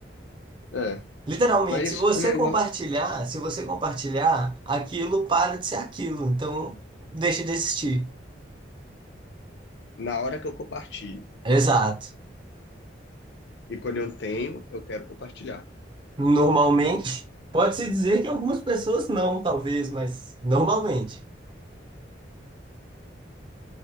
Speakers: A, on the left; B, on the right.
A: É.
B: Literalmente,
A: Mas
B: se você
A: o negócio,
B: compartilhar, se você compartilhar, aquilo para de ser aquilo. Então, deixa de existir.
A: na hora que eu compartilho.
B: Exato.
A: E quando eu tenho, eu quero compartilhar.
B: Normalmente, <laughs> pode-se dizer que algumas pessoas não, talvez, mas normalmente.